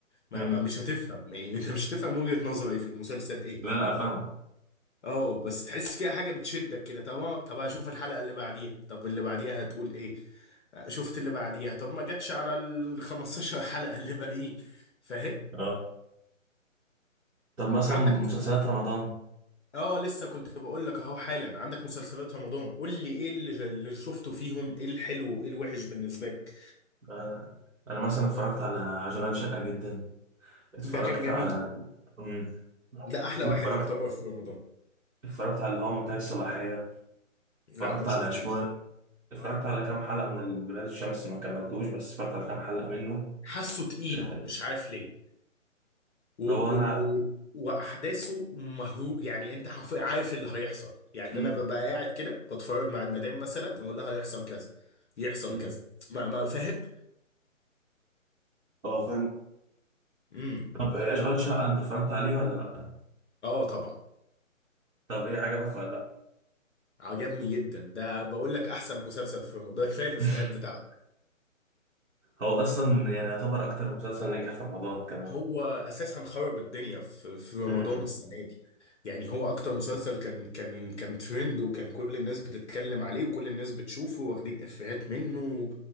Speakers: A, on the left (about 60°); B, on the right (about 80°).
A: ما
B: امم
A: ما مش هتفهم يعني <laughs> انت مش هتفهم وجهة نظري في المسلسل ايه
B: لا لا فاهمك
A: اه بس تحس فيها حاجة بتشدك كده طب آه، طب اشوف الحلقة اللي بعديها طب اللي بعديها هتقول ايه آه، شفت اللي بعديها طب ما جاتش على ال 15 حلقة اللي باقيين فاهم
B: اه طب مثلا
A: عندك
B: مسلسلات رمضان
A: اه لسه كنت بقول لك اهو حالا عندك مسلسلات رمضان قول لي ايه اللي اللي شفته فيهم ايه الحلو وايه الوحش بالنسبه لك
B: آه انا مثلا اتفرجت على اشغال شقة جدا اتفرجت
A: ده كان جميل
B: على امم
A: ده احلى واحد
B: اتفرجت
A: يعتبر في رمضان
B: اتفرجت على اللي هو منتهي الصلاحية
A: لا
B: اتفرجت
A: ما
B: على
A: شفتوش
B: شوية اتفرجت على كام حلقة من ال- ولاد الشمس ما كملتوش بس اتفرجت على كام حلقة منه
A: حاسه تقيل
B: آه،
A: مش عارف ليه و و
B: هو انا
A: و واحداثه مهرو يعني انت حرف- عارف اللي هيحصل يعني
B: مم،
A: انا ببقى قاعد كده بتفرج مع المدام مثلا اقول لها هيحصل كذا يحصل
B: مم.
A: كذا ما ما فاهم
B: اه
A: امم
B: طب إيه اشغال شقه انت اتفرجت عليه ولا لا
A: اه طبعا
B: طب ايه عجبك ولا لا
A: عجبني جدا ده بقول لك احسن مسلسل في رمضان ده كفايه الافيهات
B: <laughs>
A: بتاعته
B: هو اصلا يعني يعتبر اكتر مسلسل نجح في رمضان كمان
A: هو اساسا خرب الدنيا في في رمضان
B: امم
A: السنه دي يعني هو اكتر مسلسل كان كان كان ترند وكان كل الناس بتتكلم عليه وكل الناس بتشوفه واخدين افيهات منه